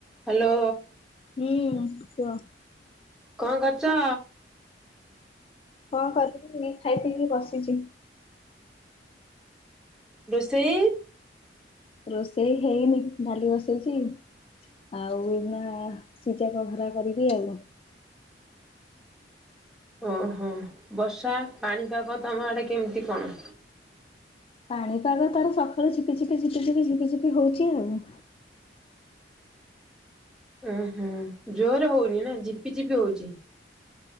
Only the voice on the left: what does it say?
ହୁଁ କୁହ।
କଣ କରିବି ଖାଇ ପିଇକି ବସିଛି।
ରୋଷେଇ ହେଇନି ଡାଲି ବସେଇଚି। ଆଉ ଏଇନା ସିଚାକ ଘରା କରିବି ଆଉ।
ପାଣିପାଗ ତାର ସକାଳୁ ଝିପି ଝିପି ଝପି ଝିପି ଝିପି ହଉଛି ଆଉ।